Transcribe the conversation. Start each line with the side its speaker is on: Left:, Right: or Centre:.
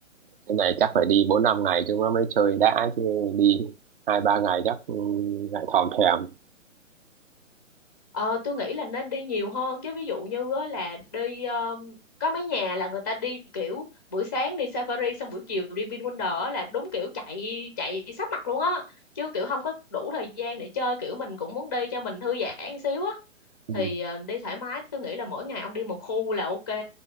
Right: cái này chắc phải đi bốn năm ngày chúng nó mới chơi đã chứ đi hai ba ngày chắc ừ, lại thòm thèm
Left: Ờ, tôi nghĩ là nên đi nhiều hơn chứ ví dụ như á, là đi um, có mấy nhà là người ta đi kiểu buổi sáng đi Safari xong buổi chiều đi VinWonder á, là đúng kiểu chạy chạy sắp mặt luôn á chứ kiểu không có đủ thời gian để chơi kiểu mình cũng muốn đi cho mình thư giãn xíu á
Right: ừ.
Left: thì ờ, đi thoải mái tôi nghĩ là mỗi ngày ông đi một khu là ok